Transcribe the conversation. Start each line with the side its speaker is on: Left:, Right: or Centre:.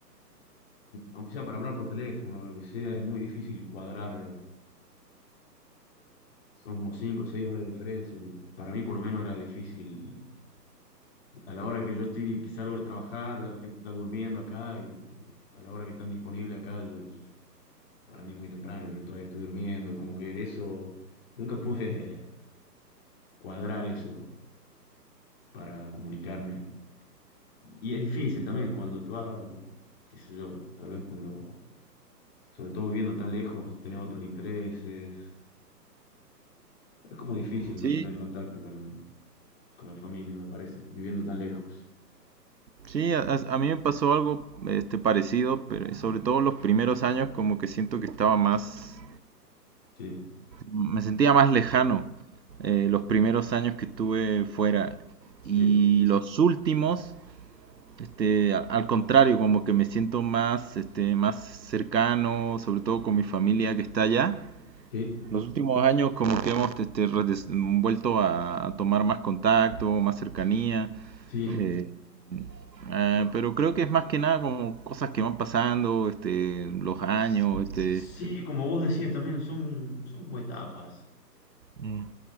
Left: aunque sea para hablar por teléfono o lo que sea, es muy difícil cuadrar, son como cinco o seis horas de diferencia, y para mí por lo menos era difícil. A la hora que yo estoy, que salgo de trabajar, ya la gente está durmiendo acá, y a la hora que están disponibles acá, yo- yo- para mí es muy temprano, yo todavía estoy durmiendo, como que eso nunca <laughs> pude cuadrar eso para comunicarme. Y es difícil también cuando tú vas, qué sé yo, tal vez cuando, sobre todo viviendo tan lejos, tenés otros intereses. Es como difícil
Right: Sí,
Left: mantener el contacto con, con la familia, me parece, viviendo tan lejos.
Right: Sí, a, a- a mí me pasó algo este, parecido, pero sobre todo los primeros años como que siento que estaba más,
Left: Sí,
Right: me sentía más lejano eh, los primeros años que estuve fuera
Left: sí,
Right: y los últimos, este, a- al contrario, como que me siento más, este, más cercano, sobre todo con mi familia que está allá.
Left: sí,
Right: Los últimos años como que hemos este, redes- vuelto a, a tomar más contacto, más cercanía.
Left: sí.
Right: Eh, ah, pero creo que es más que nada como cosas que van pasando, este, los años, este,
Left: Sí, como vos decías también, son, son como etapas.
Right: Mm.